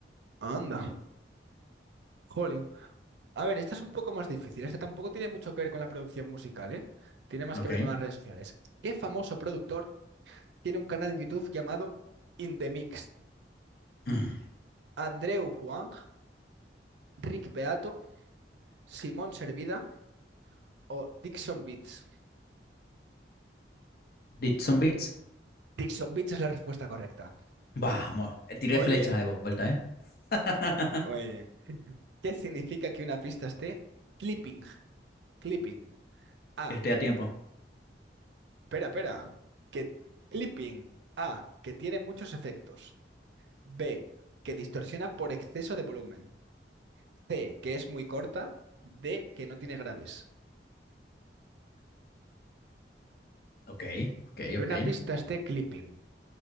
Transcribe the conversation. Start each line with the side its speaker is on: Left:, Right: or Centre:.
Right: Anda. Jolín. A ver, esta es un poco más difícil. Esta tampoco tiene mucho que ver con la producción musical, ¿eh? Tiene más
Left: Ok.
Right: que ver
Left: <clears throat>
Right: con las redes sociales. ¿Qué famoso productor tiene un canal de YouTube llamado In The Mix?
Left: Mm.
Right: ¿Andreu Huang, Rick Beato, Simón Servida o Dixon Beats?
Left: Did some beats?
Right: Dixon Beats es la respuesta correcta.
Left: Vamos, tiré
Right: Muy
Left: flecha
Right: bien,
Left: de vuelta, ¿eh? <laughs>
Right: muy bien. ¿Qué significa que una pista esté clipping? Clipping. Ah,
Left: que esté a tiempo.
Right: espera, espera. Que clipping. Ah, que tiene muchos efectos. B, que distorsiona por exceso de volumen. C, que es muy corta. D, que no tiene graves.
Left: Ok, ok,
Right: Que
Left: ok.
Right: una pista esté clipping.